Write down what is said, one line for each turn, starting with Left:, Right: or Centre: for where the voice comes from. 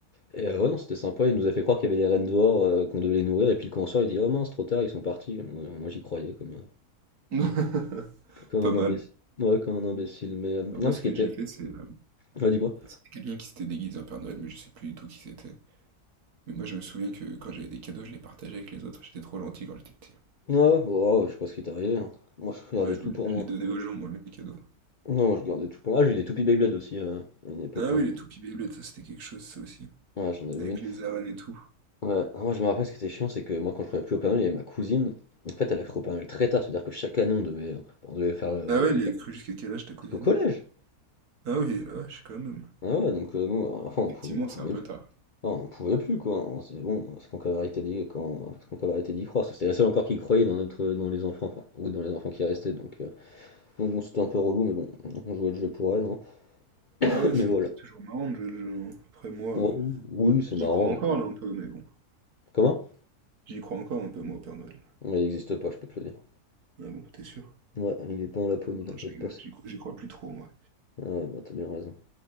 Left: Et euh, ouais, non, c'était sympa, il nous a fait croire qu'il y avait des rennes dehors, euh, qu'on devait les nourrir, et puis le on il dit, oh mince, trop tard, ils sont partis. Moi, euh, moi, j'y croyais, comme, euh,
Right: <laughs>
Left: comme
Right: Pas
Left: un
Right: mal.
Left: imbécile. Ouais, comme un imbécile, mais... euh,
Right: Non,
Left: Non,
Right: moi, ce
Left: ce qui
Right: que
Left: était...
Right: j'ai fait, c'est. euh,
Left: Ouais, dis-moi.
Right: c'était quelqu'un qui s'était déguisé en Père Noël, mais je sais plus du tout qui c'était. Mais moi, je me souviens que quand j'avais des cadeaux, je les partageais avec les autres. J'étais trop gentil quand j'étais petit.
Left: Ouais, ouais, ouais, ouais, je sais pas ce qui est arrivé, hein. Moi, je gardais
Right: Ouais, je,
Left: tout
Right: voulais-
Left: pour
Right: je
Left: moi.
Right: les donnais aux gens, moi, mes cadeaux.
Left: Non, moi, je gardais tout pour moi. Ah, j'ai eu des toupies Beyblade aussi, euh, à une époque,
Right: Ah
Left: quand
Right: oui,
Left: j'étais...
Right: les toupies Beyblade, ça c'était quelque chose, ça aussi.
Left: Ouais, j'en avais
Right: Avec
Left: une.
Right: les arènes et tout.
Left: Ouais. Ah, moi, je me rappelle ce qui était chiant, c'est que moi, quand je travaillais plus au Père Noël, il y avait ma cousine. En fait, elle a cru au Père Noël très tard, c'est-à-dire que chaque année, on devait, on devait faire le-
Right: Ah
Left: on devait
Right: ouais, elle
Left: faire
Right: y a cru jusqu'à quel âge ta cousine?
Left: jusqu'au collège.
Right: Ah oui, la vache, quand même.
Left: Ah ouais, donc euh, nous, enfin, on
Right: Effectivement,
Left: pouvait, on en pouvait
Right: c'est un peu
Left: plus.
Right: tard.
Left: Ah, on n'en pouvait plus, quoi. On s'est dit, bon, est-ce qu'on peut arrêter d'y, quand, est-ce qu'on peut arrêter d'y croire? Parce que c'était la seule encore qui croyait dans notre, dans les enfants, enfin, ou dans les enfants qui restaient, donc, euh, donc bon, c'était un peu relou, mais bon, on jouait le jeu pour elle, hein. <laughs>
Right: Ah ouais,
Left: Mais
Right: c'est
Left: voilà.
Right: c'est toujours marrant de jouer le jeu. hein. Après, moi,
Left: Oh,
Right: euh,
Left: oui, c'est
Right: j'y
Left: marrant,
Right: crois encore
Left: mais
Right: là un peu, mais bon.
Left: comment?
Right: J'y crois encore un peu, moi, au Père Noël.
Left: Mais il n'existe pas, je peux te le dire.
Right: Ah bon, t'es sûr?
Left: Ouais, il est pas en Laponie, t'inquiète
Right: Non, je rigole,
Left: pas.
Right: j'y crois, j'y crois plus trop, moi.
Left: Ah Ouais, bah, t'as bien raison.